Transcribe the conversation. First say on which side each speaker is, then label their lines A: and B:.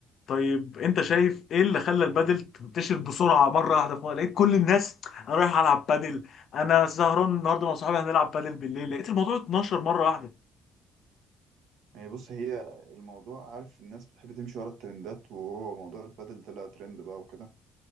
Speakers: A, on the left; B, on the right.
A: طيب انت شايف ايه اللي خلى البادل تنتشر بسرعه مره واحده في مرة؟ لقيت كل الناس انا رايح العب بادل انا سهران النهارده مع صحابي هنلعب بادل بالليل لقيت الموضوع اتنشر مره واحده
B: يعني بص هي الموضوع عارف الناس بتحب تمشي ورا الترندات وهو موضوع البادل طلع ترند بقى وكده